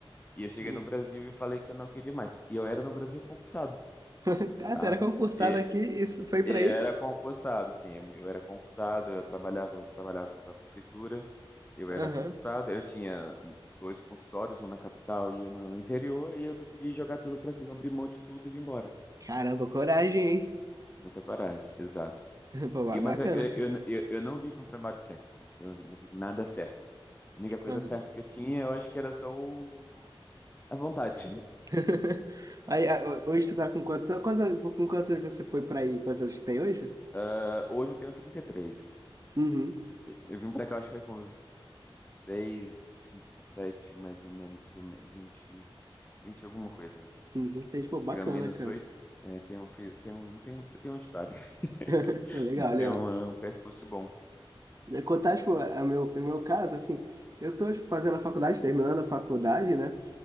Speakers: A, on the right; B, on the left.
A: Sim.
B: E eu cheguei no Brasil e falei que eu não queria mais. E eu era no Brasil concursado.
A: <laughs> Cara,
B: tá?
A: tu era concursado
B: E,
A: aqui isso foi pra
B: e
A: aí?
B: era concursado, assim, eu, me- eu era concursado, eu trabalhava, eu trabalhava para a prefeitura, eu
A: Aham.
B: era concursado, eu tinha dois consultórios, um na capital e um no interior, e eu decidi jogar tudo para cima, abrir mão de tudo e vim embora.
A: Caramba, coragem, hein?
B: Muita coragem, exato.
A: <laughs> Pô, ba-
B: E,
A: bacana,
B: mas eu, eu,
A: cara.
B: eu, eu eu não vim com o trabalho certo, eu não vim, não vim com nada certo. A única coisa
A: Aham.
B: certa que eu tinha, eu acho que era só o- a vontade.
A: <laughs> Aí, ah, hoje tu tá com quantos anos? Quantos anos- com quantos anos você foi pra aí? Quantos anos que tem hoje?
B: Ah, hoje eu tenho trinta e três
A: Uhum.
B: Eu vim pra cá, acho que foi com 26, sete mais ou menos, ou me- 20, 20 alguma coisa.
A: Uhum. Entendi. Pô, bacana,
B: Diga menos
A: cara.
B: 8. é, tem um, fi- tem um, tem um, tem uma história,
A: <laughs>
B: <laughs>
A: Legal,
B: tem
A: legal.
B: um, um percurso bom.
A: Contar, tipo, o meu, o meu caso, assim, eu tô, tipo, fazendo a faculdade, terminando a faculdade, né?